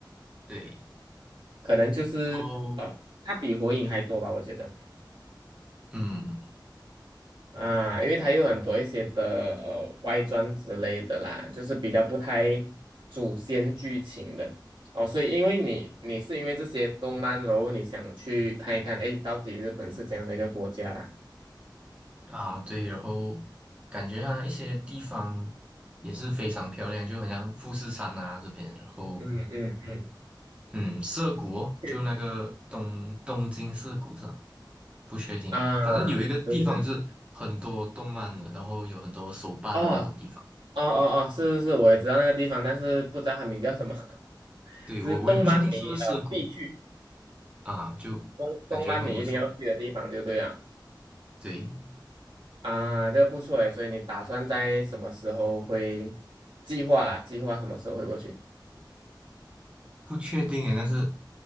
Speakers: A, on the right (about 15°); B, on the right (about 75°).
A: 对，
B: 可能就是呃，
A: 然后
B: 它比火影还多吧，我觉得
A: 嗯
B: 啊，因为它有很多一些的呃外传之类的啦，就是比较不太主线剧情的哦，所以因为你你是因为这些动漫，然后你想去看一看，哎，到底日本是怎样的一个国家啦？
A: 啊对，然后感觉它一些地方也是非常漂亮，就很像富士山啊这边，然后
B: 嗯嗯嗯，
A: 嗯涩谷哦，
B: 是
A: 就那个东东京涩谷上，不确定，
B: 啊，
A: 反正有一个地方就是很多动漫的，
B: 对对对，
A: 然后有很多手办的那种地方。
B: 哦哦哦哦，是是是，我也知道那个地方，但是不知道它名叫什么，<laughs>
A: 对，
B: 就是动漫迷呃必去，
A: 我我也不确定是不是涩谷啊，就感觉很不错。
B: 动动漫迷一定要去的地方就对了。
A: 对。
B: 啊，这个不错诶，所以你打算在什么时候会计划啦？计划什么时候会过去？
A: 不确定诶，但是